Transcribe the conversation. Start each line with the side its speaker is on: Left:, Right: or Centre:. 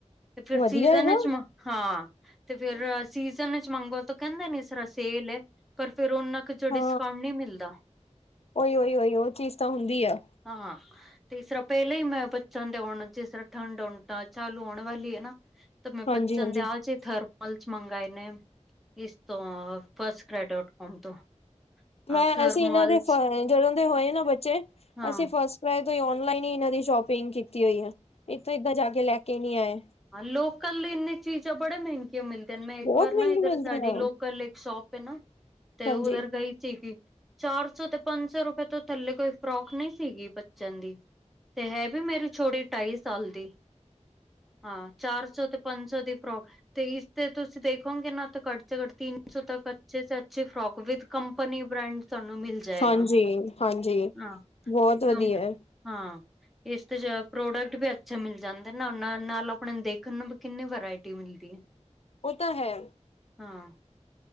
Centre: ਤੇ ਫਿਰ
Left: ਵਧੀਆ
Centre: ਸੀਜ਼ਨ'ਚ,
Left: ਹੈ ਨਾ
Centre: ਹਾਂ ਤੇ ਫਿਰ, ਸੀਜਨ'ਚ ਮੰਗੋ ਤਾਂ ਕਹਿੰਦੇ ਨ ਇਸ ਰਾ ਸੇਲ ਏ, ਪਰ ਫੇਰ ਉਹਨਾਂ ਕ ਚ
Left: ਹਾਂ
Centre: ਡਿਸਕਾਉਂਟ ਨਹੀਂ ਮਿਲਦਾ।
Left: ਉਹੀ ਉਹੀ ਉਹੀ ਉਹ ਚੀਜ਼ ਤਾਂ ਹੁੰਦੀ ਆ
Centre: ਹਾਂ, ਤੇ ਇਸਰਾ ਪਹਿਲੇ ਹੀ ''ਮੈਂ ਬੱਚਿਆਂ ਦੇ ਹੁਣ, ਜਿਸਰਾਂ ਠੰਡ ਹੁਣ ਤਾ ਚਾਲੂ ਹੋਣ ਵਾਲੀ ਏ ਨਾ, ਤਾ ''ਮੈਂ
Left: ਹਾਂਜੀ
Centre: ਬੱਚਿਆਂ
Left: ਹਾਂਜੀ
Centre: ਦੇ ਆਜ ਥਰਮਲਸ ਮੰਗਾਏ ਨੇ, ਇਸ ਤੋਂ ਫਸਟ ਕ੍ਰਾਇ ਡੋਟ ਕੌਮ ਤੋਂ। ਹਾਂ
Left: ਮੈਂ,
Centre: ਥਰਮਲਸ
Left: ਅਸੀਂ ਇਹਨਾਂ ਦੇ ਫ--ਜਦੋਂ ਦੇ ਹੋਏ ਨਾ ਬੱਚੇ,
Centre: ਹਾਂ
Left: ਅਸੀਂ ਫਸਟ ਕ੍ਰਾਇ ਤੋ ਈ ਔਨਲਾਈਨ ਹੀ ਇਹਨਾਂ ਦੀ ਸ਼ੋਪਿੰਗ ਕੀਤੀ ਹੋਈ ਐ, ਇਥੋਂ ਇਦਾਂ ਜਾਕੇ ਲੈਕੇ ਨੀ ਆਏ।
Centre: ਅਨ, ਲੋਕਲ ਇੰਨੇ ਚੀਜ਼ਾਂ ਬੜੇ ਮਹਿੰ ਗੇ ਮਿਲਦੇਨ, 'ਮੈਂ' ਇੱਕ
Left: ਬਹੁਤ
Centre: ਵਾਰ ਨਾ
Left: ਮਹਿੰਗੀ
Centre: ਇੱਧਰ
Left: ਮਿਲਦੀ
Centre: ਸਾਡੀ
Left: ਆ
Centre: ਲੋਕਲ ਇੱਕ ਸ਼ੌਪ ਏ ਨਾ ਤੇ,
Left: ਹਾਂਜੀ।
Centre: ਉਧਰ ਗਈ ਚੀਗੀ। ਚਾਰ ਸੋ, ਤੇ ਪੰਜ ਸੋ ਰੁਪਏ ਤੋਂ ਥੱਲੇ ਕੋਈ ਫ੍ਰੌਕ ਨਹੀਂ ਸੀਗੀ ਬੱਚਿਆਂ ਦੀ। ਤੇ, ਹੈਵੀ ਮੇਰੀ ਛੋਡੀ ਢਾਈ ਸਾਲ ਦੀ। ਹਾਂ, ਚਾਰ-ਸੋ ਤੇ ਪੰਜ-ਸੌ ਦੀ ਫ੍ਰੌਕ ਤੇ ਇਸ ਤੇ ਤੁਸੀਂ ਦੇਖੋਗੇ ਨਾ, ਤੇ ਘੱਟ ਸੇ ਘੱਟ ਤਿੰਨ ਨ ਸੋ ਤਕ ਅੱਛੇ ਸੇ ਅੱਛੇ ਫ੍ਰੌਕ, ਵਿਥ ਕੰਪਨੀ ਬ੍ਰੈਂਡ ਤੁਹਾਂਨੂੰ ਮਿਲ ਜਾਏਗਾ,
Left: ਹਾਂਜੀ ਹਾਂਜੀ
Centre: ਹਾਂ।
Left: ਬਹੁਤ ਵਧੀਆ
Centre: ਮੈਂ
Left: ਏ।
Centre: ਹਾਂ, ਇਸਤੇ ਪ੍ਰੋਡਕਟ ਵੀ ਅੱਛੇ ਮਿਲ ਜਾਂਦੇਨ ਨਾ ਨਾਲ-ਨਾਲ ਆਪਣੇਨ ਦੇਖਣ ਨੂੰ ਵੀ ਕਿੰਨੀ ਵਰਾਇਟੀ ਮਿਲਦੀ ਏ।
Left: ਉਹ ਤਾਂ ਹੈ
Centre: ਹਾਂ।